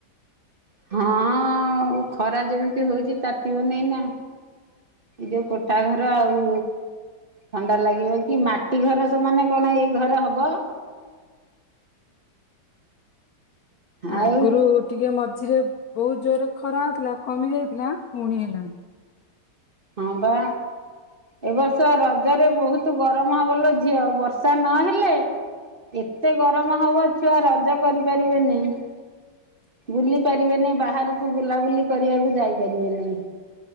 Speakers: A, on the right; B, on the left.
A: ହଁ, ଉ। ଖରା ଯେମିତି ହଉଛି ତାତିିବ ନେଇାଇନା ଏ ଯୋଉ କୋଠା ଘର ଆଉ ଥଣ୍ଡା ଲାଗିବ କି ମାଟି ଘର ସେମାନେ କଣ ଏଇ ଘର ହବ।
B: ଆଗରୁ
A: ଆଉ
B: ଟିକେ ମଝିରେ ବହୁତ୍ ଜୋରେ ଖରା ହଉଥିଲା କମି ଯାଇଥିଲା ପୁଣି ହେଲାଣି।
A: ହଁ, ବା। ଏ ବର୍ଷ ରଜରେ ବହୁତ୍ ଗରମ ହବ ଲୋ ଝିଅ ବର୍ଷା ନହେଲେ ଏତେ ଗରମ ହବ ଛୁଆ ରଜ କରି ପାରିବେ ନେଇ। ବୁଲି ପାରିବେନି ବାହାରକୁ ବୁଲାବୁଲି କରିବାକୁ ଯାଇପାରିବେ ନାହିଁ।